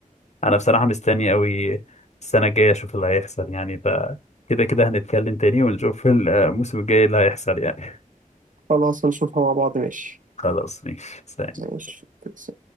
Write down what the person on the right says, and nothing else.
خلاص هنشوفها مع بعض ماشي
ماشي